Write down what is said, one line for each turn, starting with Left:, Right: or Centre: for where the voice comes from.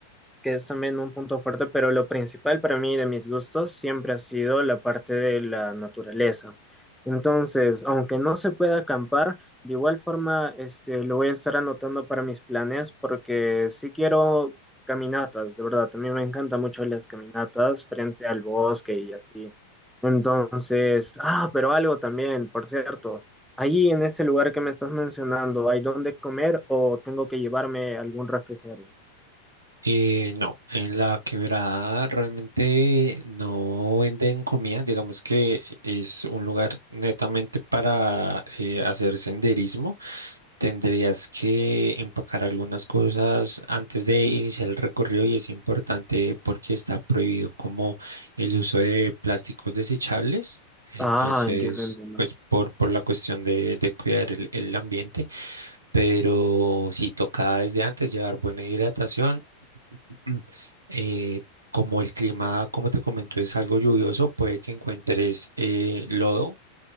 Centre: que es también un punto fuerte, pero lo principal para mí de mis gustos siempre ha sido la parte de la naturaleza. Entonces, aunque no se pueda acampar, de igual forma este, lo voy a estar anotando para mis planes porque sí quiero caminatas, de verdad, también me encantan mucho las caminatas frente al bosque y así. Entonces, ah, pero algo también, por cierto, ahí en ese lugar que me estás mencionando, ¿hay dónde comer o tengo que llevarme algún refrigerio?
Right: eh, no, en la quebrada realmente no venden comida, digamos que es un lugar netamente para eh, hacer senderismo. Tendrías que empacar algunas cosas antes de iniciar el recorrido y es importante porque está prohibido como el uso de plásticos desechables. Entonces,
Centre: Ah, entiendo, entiendo.
Right: pues por, por la cuestión de, de cuidar el, el ambiente. Pero sí toca desde antes llevar buena hidratación. <clears throat> Eh, como el clima, como te comento, es algo lluvioso, puede que encuentres eh, lodo